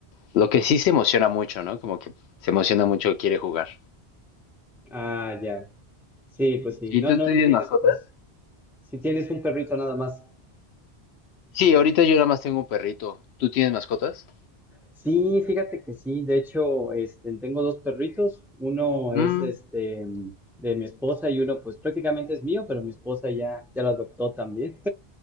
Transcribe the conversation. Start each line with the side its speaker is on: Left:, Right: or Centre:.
Left: Lo que sí se emociona mucho, ¿no? Como que se emociona mucho, quiere jugar.
Centre: Ah, ya. Sí, pues sí.
Left: ¿Y
Centre: No,
Left: tú
Centre: no,
Left: tienes
Centre: no tienes
Left: mascotas?
Centre: otros. Si tienes un perrito nada más.
Left: Sí, ahorita yo nada más tengo un perrito. ¿Tú tienes mascotas?
Centre: Sí, fíjate que sí. De hecho, este, tengo dos perritos. Uno es
Left: Mm,
Centre: este de mi esposa y uno, pues prácticamente es mío, pero mi esposa ya, ya lo adoptó también.